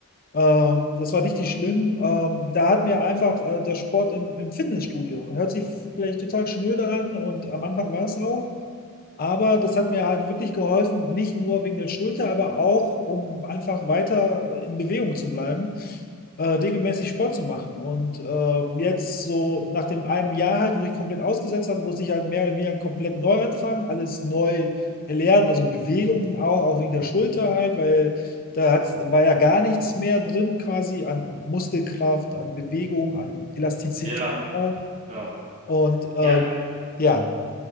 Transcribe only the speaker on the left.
Ähm, das war richtig schlimm. Ähm, da hat mir einfach äh, der Sport im, im Fitnessstudio, hört sich vielleicht total schnöde an und am Anfang war es auch, aber das hat mir halt wirklich geholfen, nicht nur wegen der Schulter, aber auch, um einfach weiter in Bewegung zu bleiben, äh, regelmäßig Sport zu machen. Und äh, jetzt so nach dem einem Jahr halt, wo ich komplett ausgesetzt habe, muss ich halt mehr oder weniger komplett neu anfangen, alles neu erlernen, also Bewegungen auch, auch wegen der Schulter halt, weil da hat, war ja gar nichts mehr drin quasi an, an Muskelkraft, an Bewegung, an Elastizität
auch.
Und äh,
ja,